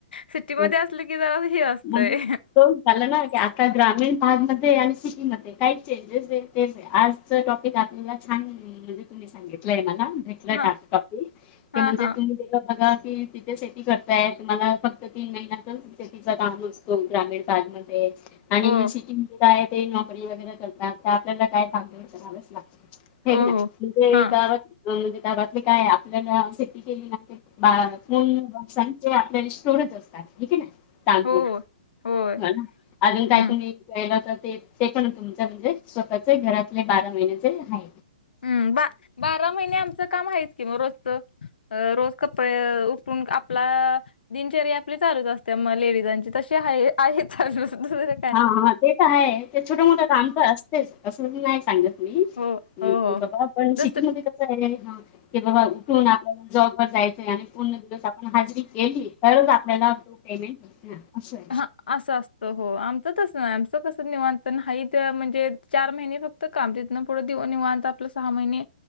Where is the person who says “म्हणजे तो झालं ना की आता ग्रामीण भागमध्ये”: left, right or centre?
Left